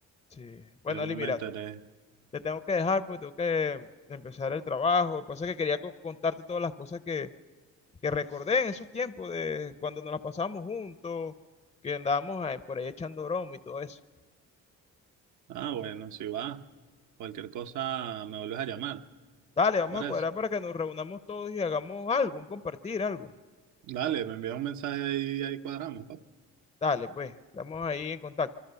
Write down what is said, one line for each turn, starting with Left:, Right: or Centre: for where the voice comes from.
Left: Sí. Bueno,
Right: yo
Left: Ali,
Right: no
Left: mira,
Right: me enteré.
Left: te tengo que dejar porque tengo que empezar el trabajo. Lo que pasa es que quería co- contarte todas las cosas que, que recordé en esos tiempos de cuando nos las pasábamos juntos, que andábamos ahí por ahí echando broma y todo eso.
Right: Ah, bueno, si va. Cualquier cosa me vuelves a llamar.
Left: Dale, vamos
Right: Para
Left: a cuadrar
Right: eso.
Left: para que nos reunamos todos y hagamos algo, un compartir algo.
Right: Dale, me envías un mensaje y ahí cuadramos, papá.
Left: Dale, pues, estamos ahí en contacto.